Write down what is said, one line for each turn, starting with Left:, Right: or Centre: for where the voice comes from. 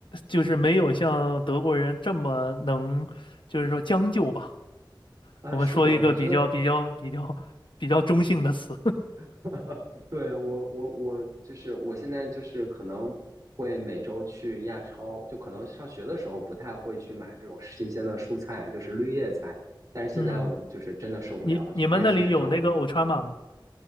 Left: 就是没有像德国人这么能，就是说将就吧。
Right: 啊，
Left: 我们说一个比较比较比较比较中性的词。
Right: 是的，我觉得 <laughs> 对，我我我就是我现在就是可能会每周去亚超，就可能上学的时候不太会去买这种新鲜的蔬菜，就是绿叶菜，但是现在我就是真的受不了，
Left: 嗯，你你们那里有那个
Right: 就待时间长了之后，
Left: Ultraman 吗？